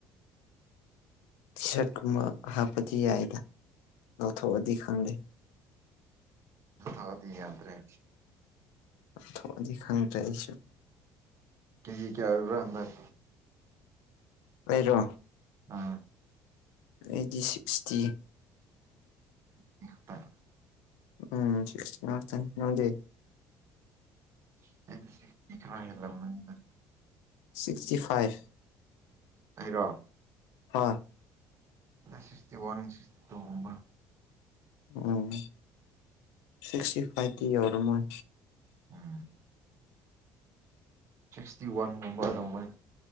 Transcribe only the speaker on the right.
<unintelligible> ꯌꯥꯗ꯭ꯔꯦ
ꯀꯦꯖꯤ ꯀꯌꯥ ꯑꯣꯏꯕ꯭ꯔꯥ ꯍꯟꯗꯛ
ꯑꯥ
<unintelligible>
<unintelligible>
ꯑꯩꯔꯣ
ꯁꯤꯛꯁꯇꯤ ꯋꯥꯟ ꯁꯤꯛꯁꯇꯤ ꯇꯨꯒꯨꯝꯕ
ꯎꯝ ꯁꯤꯁꯛꯇꯤ ꯋꯥꯟ ꯒꯨꯝꯕ ꯑꯣꯏꯔꯝꯃꯣꯏ